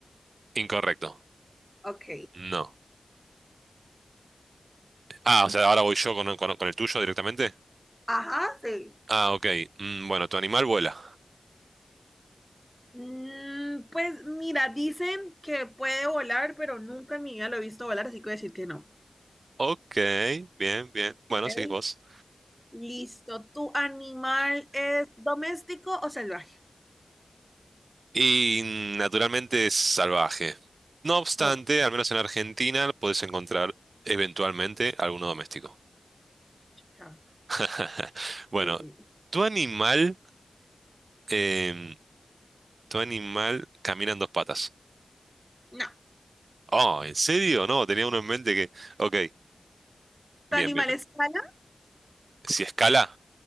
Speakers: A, on the right (about 75°); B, in the centre.
A: Incorrecto.
B: Ok.
A: No. Ah, o sea, ahora voy yo con, con- con el tuyo directamente.
B: Ajá, sí.
A: Ah, ok. Mm, bueno, tu animal vuela.
B: Mm, pues mira, dicen que puede volar, pero nunca en mi vida lo he visto volar, así que voy a decir que no.
A: Ok, bien, bien. Bueno,
B: Ok,
A: seguís vos.
B: Listo. ¿Tu animal es doméstico o salvaje?
A: Y mm, naturalmente es salvaje. No obstante,
B: Ok,
A: al menos en Argentina podés encontrar eventualmente alguno doméstico.
B: ya.
A: <laughs> Bueno,
B: Eh,
A: tu animal, em, tu animal camina en dos patas.
B: No.
A: Oh, ¿en serio? No, tenía uno en mente que... Ok, bien,
B: ¿Tu animal
A: bien, bien.
B: escala?
A: Si escala.